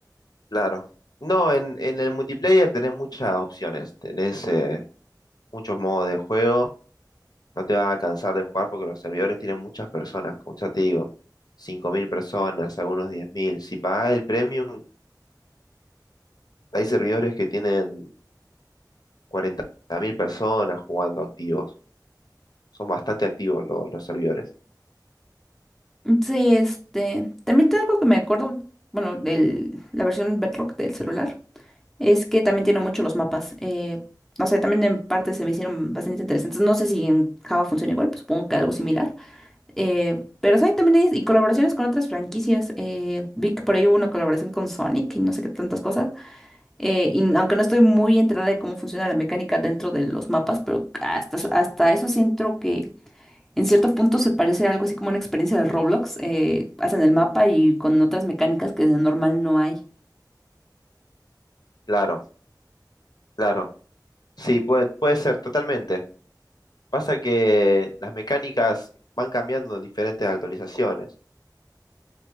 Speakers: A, on the left; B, in the centre.
A: claro. No, en, en el multiplayer tenés muchas opciones, tenés eh, muchos modos de juego, no te vas a cansar de jugar porque los servidores tienen muchas personas, como ya te digo, 5.000 personas, algunos diez mil Si pagás el premium, hay servidores que tienen cuarenta mil personas jugando activos. Son bastante activos lo- los servidores.
B: Sí, este, también te algo que me acuerdo, bueno, de la versión Bedrock del celular, es que también tiene mucho los mapas. eh, no sé, también en parte se me hicieron bastante interesantes. No sé si en Java funciona igual, pues supongo que algo similar. eh, pero sí, también hay y colaboraciones con otras franquicias. eh, vi que por ahí hubo una colaboración con Sonic y no sé qué tantas cosas. eh, y aunque no estoy muy enterada de cómo funciona la mecánica dentro de los mapas, pero hasta, hasta eso siento que en cierto punto se parece a algo así como una experiencia de Roblox. eh, hacen el mapa y con otras mecánicas que de normal no hay.
A: Claro, claro. Sí, puede, puede ser, totalmente. Pasa que las mecánicas van cambiando en diferentes actualizaciones.